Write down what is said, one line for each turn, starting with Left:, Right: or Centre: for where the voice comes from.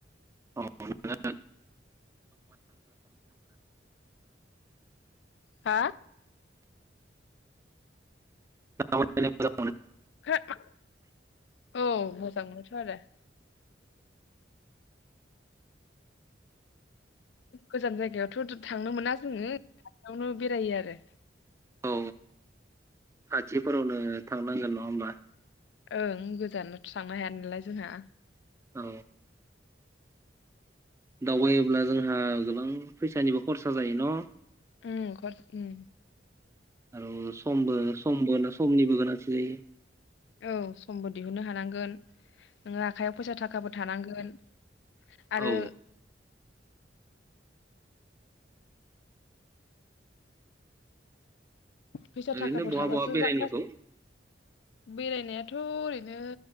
Right: अ <unintelligible>
Left: हा?
Right: <inaudible> <unintelligible>
Left: <unintelligible> <inaudible> औ मोजां मोनथ' आरो। गोजान जायगायावथ' थांनो मोना जोंङो खाथियावनो बेरायो आरो।
Right: औ खाथिफोरावनो थांनांगोन नङा होमब्ला?
Left: ओं गोजानावथ' थांनो हाया नालाय जोंहा।
Right: औ। दावबायोब्ला जोंहा गोबां फैसानिबो खरसा जायो न'?
Left: उम खत उम।
Right: आरो समबो समबो समनिबो गोनांथि जायो।
Left: औ समबो दिहुननो हानांगोन। नों आखायाव फैसा थाखाफोर थानांगोन। आरो
Right: औ।
Left: फैसा
Right: ओरैनो
Left: थाखाफोर
Right: बहा
Left: थाबासो
Right: बहा बेरायहैखौ?
Left: जा गास बेरायनायाथ' ओरैनो